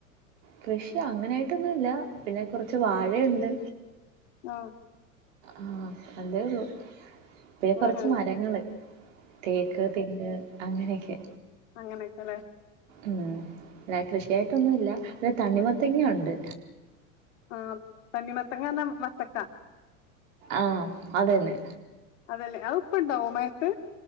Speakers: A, on the right; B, on the left.
A: കൃഷി അങ്ങനെ ആയിട്ടൊന്നും ഇല്ല പിന്നെ കൊർച്ച് വാഴ ഇണ്ട്
B: ആഹ്
A: ആഹ് അതേ ഒള്ളു പിന്നെ
B: ആ
A: കൊറ്ച്ച്
B: ആ
A: മരങ്ങെൾ തേക്ക്, തെങ്ങ് അങ്ങനെ ഒക്കെ
B: അങ്ങനെ ഒക്കെ ലെ
A: ഉം ഇല്ല കൃഷിയായിട്ട്‌ ഒന്നും ഇല്ല പിന്നെ തണ്ണിമത്തെങ്ങ ഉണ്ട്
B: ആഹ് തണ്ണി മത്തെങ്ങ പർണ വത്തക്ക
A: ആഹ് അത് തെന്നെ.
B: അതെ ലെ അഹ് ഇപ്പ ഇണ്ടാവോ മഴെത്ത്